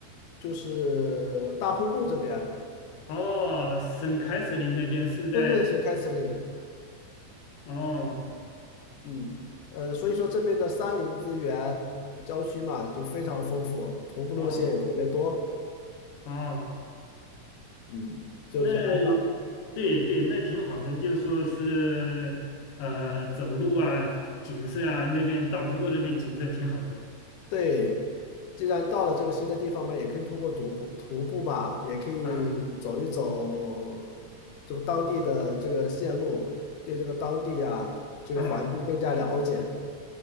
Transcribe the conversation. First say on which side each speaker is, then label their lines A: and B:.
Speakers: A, on the left; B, on the left.
A: 就是大瀑布这边，
B: 哦，省凯瑟琳那边是在
A: 对对，水开始，里，
B: 哦
A: 嗯，呃，所以说这边的山林资源、郊区嘛，就非常丰富，徒步路线也特别多，
B: 哦哦，
A: 嗯，就是按上。
B: 那。对对，那挺好的，就说是呃，走路啊，景色啊，那边大瀑布那边景色挺好的
A: 对，既然到了这个新的地方嘛，也可以通过徒步徒步嘛，也可以走一走这个当地的这个线路，
B: 啊
A: 对这个当地啊这个环境更加了解。
B: 啊。